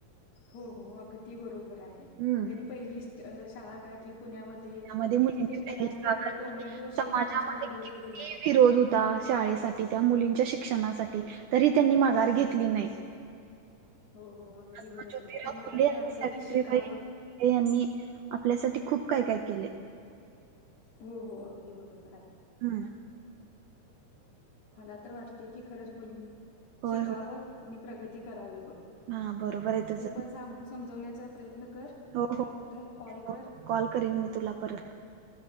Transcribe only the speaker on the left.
हो हो अगदी बरोबर. आहे
त्यांनी पहिलीच अ शाळा काढली पुण्यामध्ये
कितीतरी
त्रास भोगले टोमॅटो
शेण त्यांच्यावर उडवलं
गेलं
हो हो अगदी
बरोबर
आहे तर
मला तर
वाटते
की शिकावं
हो हो अगदी बरोबर आहे.
मला तर वाटते की खरंच बोल मी
शिकावं
आणि प्रगती करावी ब
तू पण साम समजवण्यात च प्रयत्न कर
बघ
काय होतय कॉल
कर